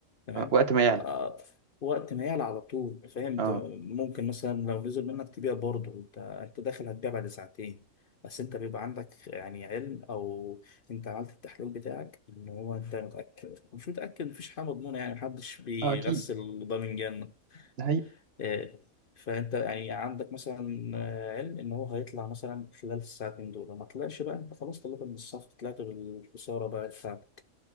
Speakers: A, on the left; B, on the right.
A: تمام
B: آه، وقت ما يعلى
A: آه، وقت ما يعلى على طول فاهم انت
B: اه
A: ممكن مثلا لو نزل منك تبيع برضه انت انت داخل هتبيع بعد ساعتين بس انت بيبقى عندك يعني علم او انت عملت التحليل بتاعك ان هو انت متأكد مش متأكد مفيش حاجة مضمونة يعني محدش بيغسل
B: اه اكيد
A: ضامن جنة
B: ده حقيقي
A: آه، فانت يعني عندك مثلا آه، علم ان هو هيطلع مثلا خلال الساعتين دول ما طلعش بقى انت خلاص طلعت من الصف طلعت بالخساره بقى بتاعتك